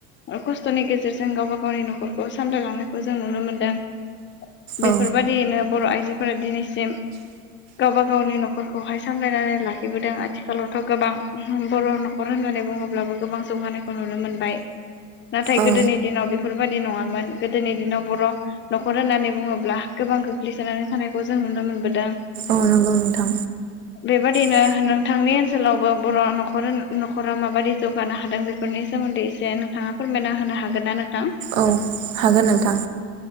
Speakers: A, on the left (about 30°); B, on the right (about 75°).
A: ओ खस्थ'नि गेजेरजों गावबा गावनि न'खरखौ सामलायलांनायखौ जों नुनो मोन्दों बेफोरबादियैनो
B: औ
A: बर' आइजोफोरा दिनैसिम गावबा गावनि न'खरखौहाय सामलायनानै लाखिबोदों आथिखालावथ' गोबां बर' न'खर होननानै बुङोब्लाबो गोबां जौगानायखौ नुनो मोनबाय नाथाय
B: औ
A: गोदोनि दिनाव बे बेफोरबायाददि नङामोन गोदोनि दिनाव बर' न'खर होननानै बुङोब्ला गोबां गोग्लैसोनानै थानायखौ जों नुनो मोनबोदों।
B: औ नंगौ नोंथां।
A: बेबादिनो
B: नोंथांनि ओनसोलावबो बर' न'खर न'खरा माबायदि जौगानो हादों बेफोरनि सोमोन्दै एसे नोंथाङा फोरमायना होनो हागोन
A: नोंथांनि ओनसोलावबो बर' न'खर न'खरा माबायदि जौगानो हादों बेफोरनि सोमोन्दै एसे नोंथाङा फोरमायना होनो हागोन ना नोंथां?
B: औ हागोन नोंथां